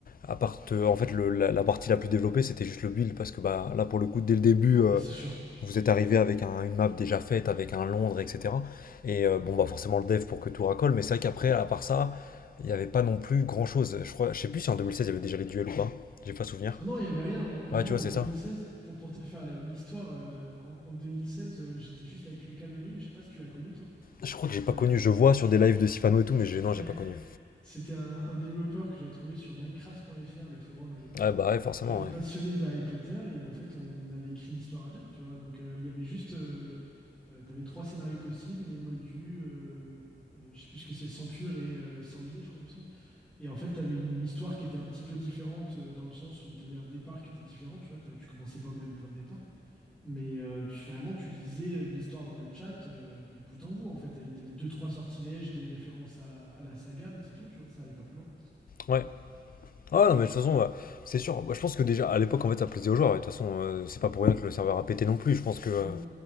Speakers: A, on the left; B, in the centre.
A: à part, euh, en fait, le- la, la partie la plus développée, c'était juste le build, parce que bah, là, pour le coup, dès le début, euh,
B: Ouais, c'est sûr.
A: vous êtes arrivé avec un- une map déjà faite, avec un Londres, etc. Et euh, bon, bah, forcément, le dev pour que tout racole, mais c'est vrai qu'après, à part ça, il n'y avait pas non plus grand-chose. Je crois, je sais plus si en 2016, il y avait déjà les duels ou pas. J'ai pas souvenir.
B: Ah non, il n'y avait rien. en- Vraiment,
A: Ouais, tu vois,
B: en
A: c'est
B: 2016,
A: ça.
B: pour, pour te faire la- l'histoire, euh, en, en 2016, euh, j'étais juste avec Luc Anonyme. Je sais pas si tu l'as connu, toi.
A: Je crois que j'ai pas
B: Euh,
A: connu. Je vois sur des lives de Sifano et tout, mais j'ai- non,
B: Ouais.
A: j'ai pas connu.
B: C'était un, un développeur que j'avais trouvé sur Minecraft.fr, le forum à l'époque,
A: Ouais, bah, ouais, forcément,
B: qui était passionné
A: ouais.
B: d'Harry Potter et en fait on avait écrit l'histoire à deux, tu vois. Donc euh, il y avait juste, euh, euh, t'avais trois scénarios possibles, né moldu, euh, euh, je sais plus ce que c'est, sans pur et euh, sans mêlé, je crois il me semble. Et en fait t'avais une histoire qui était un petit peu différente euh, dans le sens où t'avais un départ qui était différent, tu vois. t'as- Tu commençais pas au même point de départ. Mais euh, tu, vraiment, tu lisais une histoire dans le chat euh, du bout en bout, en fait, avec des, deux, trois sortilèges, des références à, à la saga, mais c'est tout, tu vois, ça allait pas plus loin.
A: Ouais. Ah non, mais de toute façon, bah, c'est sûr. Bah, je pense que déjà, à l'époque, en fait, ça plaisait aux joueurs. ouais. De toute façon, euh, c'est pas pour rien que le serveur a pété non plus. Je pense que. euh,
B: Mm,